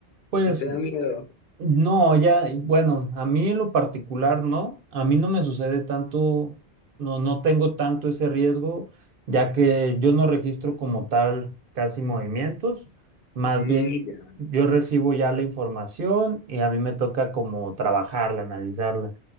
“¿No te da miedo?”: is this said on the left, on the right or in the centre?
Left